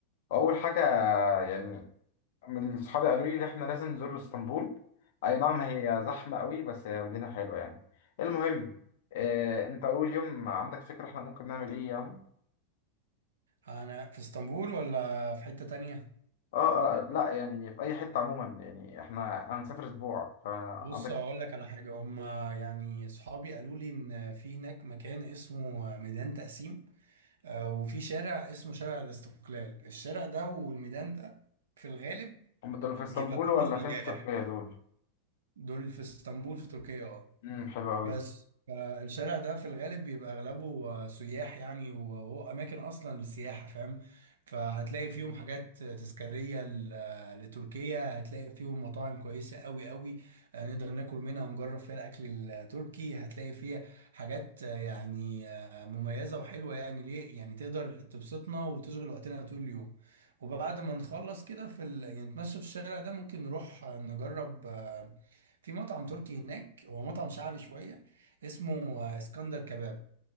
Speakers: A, on the left (about 55°); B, on the right (about 65°).
A: اول حاجه يعني من صحابي قالوا لي ان احنا لازم نزور اسطنبول اي نعم هي زحمه قوي بس هي مدينه حلوه يعني المهم اه انت اول يوم عندك فكره احنا ممكن نعمل ايه يعني
B: انا في اسطنبول ولا في حتة تانية
A: اه اه لا يعني في اي حته عموما يعني احنا هنسافر اسبوع فعندك
B: بص اقول لك على حاجة هم يعني صحابي قالوا لي ان في هناك مكان اسمه ميدان تقسيم آه، وفي شارع اسمه شارع الاستقلال الشارع ده والميدان ده في الغالب
A: هم دول في اسطنبول
B: بيبقى كله
A: ولا
B: سياح
A: فين في تركيا دول
B: دول في اسطنبول في تركيا اه
A: امم حلو قوي
B: بس آه، الشارع ده في الغالب بيبقى اغلبه آه، سياح يعني وهو اماكن اصلا للسياحه فاهم فهتلاقي فيهم حاجات آه، تذكاريه ل- آه، لتركيا هتلاقي فيهم مطاعم كويسه قوي قوي آه، نقدر ناكل منها ونجرب فيها الاكل التركي هتلاقي فيها حاجات آه، يعني آه، مميزه وحلوه يعني ليه يعني تقدر تبسطنا وتشغل وقتنا طول اليوم وبعد ما نخلص كده في ال... يعني نتمشى في الشارع ده ممكن نروح آه، نجرب في مطعم تركي هناك هو مطعم شعبي شوية اسمه آه، اسكندر كباب